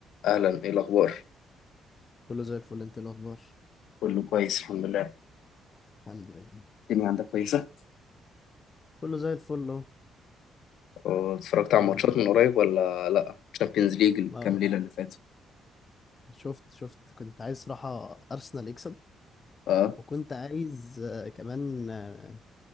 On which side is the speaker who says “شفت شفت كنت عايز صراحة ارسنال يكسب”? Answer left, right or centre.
Left